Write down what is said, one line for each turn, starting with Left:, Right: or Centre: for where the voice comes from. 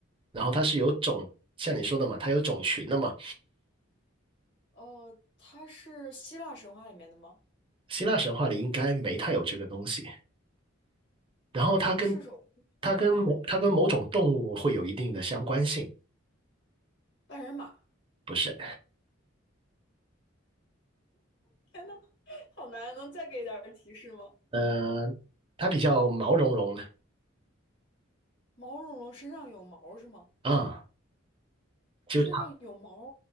Right: 然后它是有种，像你说的嘛，它有种群的嘛。
Left: 呃，他是希腊神话里面的吗？
Right: 希腊神话里应该没太有这个东西。然后它跟
Left: 赤手空拳，
Right: 它跟某它跟某种动物会有一定的相关性，
Left: 嗯，半人马。
Right: 不是？
Left: 天呐，<laughs> 好难啊能再给点儿提示吗？
Right: 呃，它比较毛茸茸的
Left: 毛茸茸身上有毛是吗？
Right: 啊，就常
Left: 身上有毛，